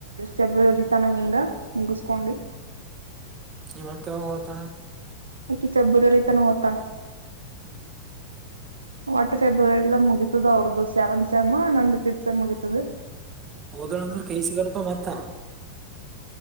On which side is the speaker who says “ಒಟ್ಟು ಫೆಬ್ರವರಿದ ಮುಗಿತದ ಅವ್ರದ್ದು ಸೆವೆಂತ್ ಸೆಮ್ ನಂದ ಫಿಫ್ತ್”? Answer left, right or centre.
Right